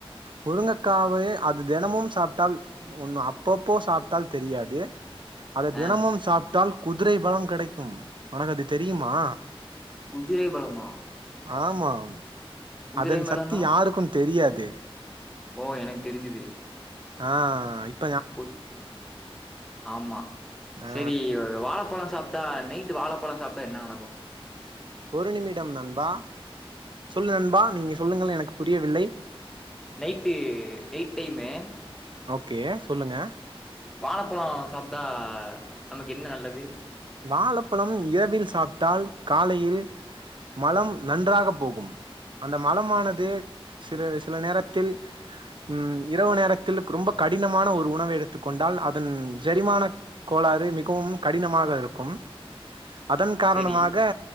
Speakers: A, on the right; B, in the centre.
A: முருங்கக்காவ அது தினமும் சாப்ட்டால் ஒன்னு அப்பப்போ சாப்ட்டால் தெரியாது அத
B: ஆ
A: தினமும் சாப் விட்டால் குதிரை பலம் கெடைக்கும் உனக்கது தெரியுமா
B: குதிரை பலமா
A: ஆமா
B: குதிரை
A: அதன்
B: பலம்னா?
A: சத்தி யாருக்கும் தெரியாது <unintelligible>
B: ஓ எனக்கு தெரிஞ்சிது
A: ஆ ஐப்
B: உத் ஆமா
A: ஆ
B: செரி வாழப்பழோ சாப் டா நைட் வாழப்பழோ சாப்டா என்ன நடக்கும்
A: ஒரு நிமிடம் நண்பா சொல்லு நண்பா நீங்க சொல்லுங்கள் எனக்கு புரியவில்லை
B: நைட்டு டேட் டைம்மு
A: கே சொல்லுங்க
B: வாழப்பழோ சாப்டா நமக் என்ன நல்லது
A: வாழப்பழம் இரவில் சாப்டால் காலையில் மலம் நன்றாக போகும் அந்த மலமானது சில சில நேரத்தில் ம் இரவு நேரத்தில் ரொம்ப கடினமான ஒரு உணவு எடுத்துக் கொண்டால் அதன் ஜொரிமானக் கோளாறு மிகவும் கடினமாக இரு கம் அதன் காரணமாக
B: சரி.